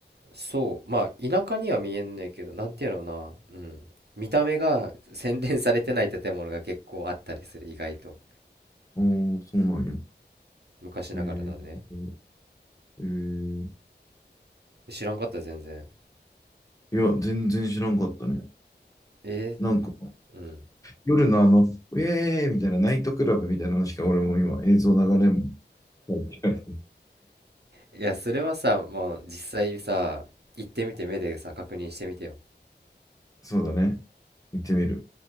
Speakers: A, on the right; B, on the left.
A: そうまあ田舎には見えんねんけどなんていうのなうん見た目が洗練されてない建物が結構あったりする意外と
B: ああ、そうなんや。
A: 昔ながらのね
B: へえー。えー、
A: 知らんかった全然
B: いや、全然知らんかったね。
A: え
B: なんか、
A: ー、うん
B: 夜のあの、ウェーイみたいなナイトクラブみたいなのしか俺も今映像流れも。はい
A: いやそれはさもう実際さ行ってみて目でさ確認してみてよ
B: <laughs> そうだね。行ってみる。